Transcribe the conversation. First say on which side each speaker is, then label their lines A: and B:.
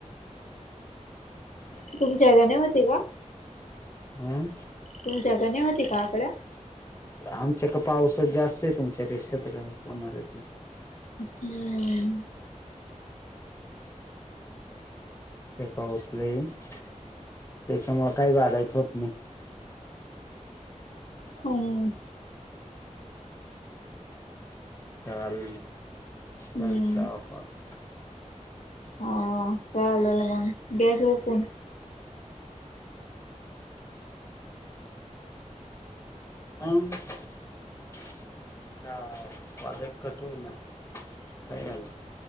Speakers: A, on the left; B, on the left.
A: <inaudible>
B: <unintelligible> जादा नाही होते का.
A: हम.
B: तुमच्यात आणि होती का आकड.
A: आमच्या कडे पावसात जास्त आहे. तुमच्यापेक्षा तर काही होणारेत.
B: हम्.
A: हे पाऊस लै त्यांच्यामुळे काय वागायचं होतं नाही.
B: हम.
A: चाल
B: हम्म
A: दहा पाच.
B: हा चालेल मग द्यायच का मग फोन.
A: नाही. <unintelligible>